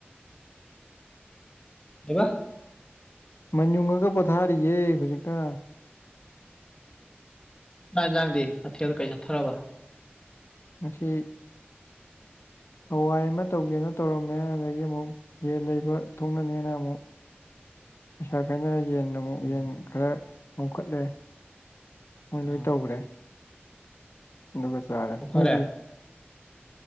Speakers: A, on the left (about 20°); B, on the left (about 80°).
A: ꯀꯕ
B: ꯃꯟꯖꯨꯡꯉꯒ ꯄꯣꯊꯥꯔꯤꯌꯦ ꯍꯧꯖꯤꯛꯇ
A: ꯆꯥꯛ ꯌꯦꯟꯁꯥꯡꯗꯤ ꯃꯊꯦꯜ ꯀꯩ ꯆꯠꯊꯔꯕ
B: ꯃꯁꯤ ꯍꯋꯥꯏ ꯑꯃ ꯇꯧꯒꯦꯅ ꯇꯧꯔꯝꯃꯦ ꯑꯗꯒꯤ ꯑꯃꯨꯛ ꯌꯦꯟ ꯂꯩꯕ ꯊꯣꯛꯅꯅꯦꯅ ꯑꯃꯨꯛ ꯄꯩꯁꯥ ꯈꯥꯏꯅ ꯌꯦꯟ ꯑꯃꯨꯛ
A: ꯎꯝ
B: ꯌꯦꯟ ꯈꯔ ꯃꯨꯈꯠꯂꯦ ꯃꯣꯏ ꯂꯣꯏ
A: ꯑꯥ
B: ꯇꯧꯈ꯭ꯔꯦ ꯑꯗꯨꯒ ꯆꯥꯔꯦ
A: ꯑꯣ
B: ꯅꯣꯏꯗꯤ
A: ꯐꯔꯦ